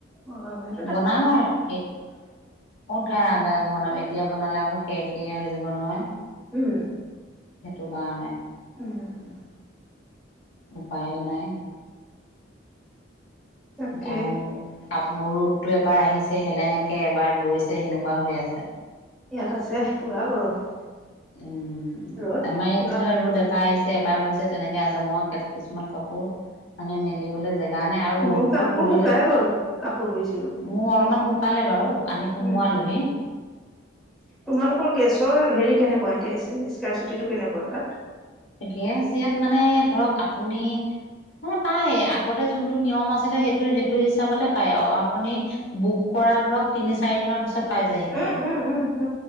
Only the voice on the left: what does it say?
বনাম আৰু এ শুই উঠাৰ আগে আগে বনাম এতিয়া বনালে আকৌ খেৰখেৰীয়া হৈ যাব নহয়
সেইটো কাৰণে।
উপায়ো নাই।
আৰু <unintelligible> বাৰ আহিছে হেলেঙাকে এবাৰ গৈছে হেনেকুৱা হৈ আছে।
উম আমাৰ ইয়াত
যেনিবা ৰ'দ এবাৰ আহিছে এবাৰ গৈছে তেনেকে আছে মই কিছুমান কাপোৰ মানে মেলিবলৈ জেগা জা নে আৰু
ৰ'দটো
পৰিলে
মোৰ অলপমান শুকালে বাৰু আনি সুমোৱালে।
লহী
গেছ ইয়াত মানে ধৰক আপুনি নহয় পায় আগতে যোনটো নিয়ম আছিলে সেইটো -সেইটো হিচাপতে পায় আৰু আপুনি বুক কৰা পৰা ধৰক তিনি চাৰি দিনৰ পিছত পাই যায়হি
খালি।